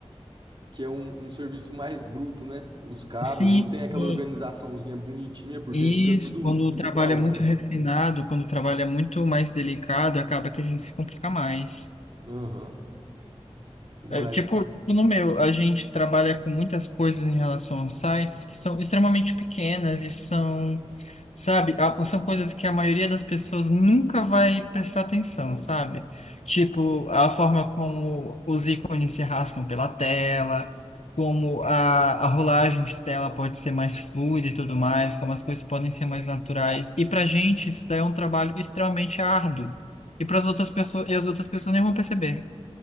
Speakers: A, on the right (about 45°); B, on the left (about 80°).
A: que é um, um serviço mais bruto, né? Os cabos
B: Sim,
A: não tem aquela
B: sim.
A: organizaçãozinha bonitinha porque
B: isso,
A: fica tudo,
B: quando o
A: tudo
B: trabalho
A: para longe.
B: é muito refinado, quando o trabalho é muito mais delicado, acaba que a gente se complica mais.
A: Aham, demais.
B: É, tipo, tipo no meu, a gente trabalha com muitas coisas em relação aos sites que são extremamente pequenas e são Sabe? A- São coisas que a maioria das pessoas nunca vai prestar atenção, sabe? Tipo, a forma como os ícones se arrastam pela tela, como a, a rolagem de tela pode ser mais fluida e tudo mais, como as coisas podem ser mais naturais. E pra gente, isso daí é um trabalho extremamente árduo. E para as outras pessoas, e as outras pessoas nem vão perceber.